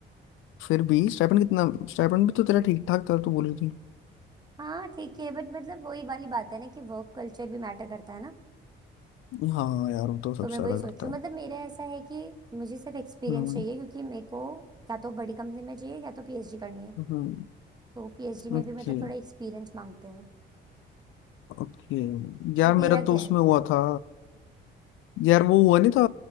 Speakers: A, on the left; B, on the right.
A: फिर भी स्टाइपेंड कितना स्टाइपेंड भी तो तेरा ठीक ठाक था तू बोल रही थी
B: हाँ ठीक है बट मतलब वही वाली बात है ना कि वर्क कल्चर भी मैटर करता है ना
A: हाँ यार वो तो सबसे
B: तो मैं
A: ज्यादा
B: वही सोचूं
A: करता
B: मतलब
A: है
B: मेरा ऐसा है कि मुझे सिर्फ एक्सपीरियंस
A: हम्म
B: चाहिए क्योंकि मेरे को क्या तो बड़ी कंपनी में चाहिए या तो पीएचडी करनी है
A: हम्म
B: तो पीएचडी में
A: ओके
B: भी मतलब थोड़ा एक्सपीरियंस मांगते हैं
A: ओके यार मेरा
B: तेरा
A: तो
B: क्या
A: उसमें
B: है
A: हुआ था यार वो हुआ नहीं था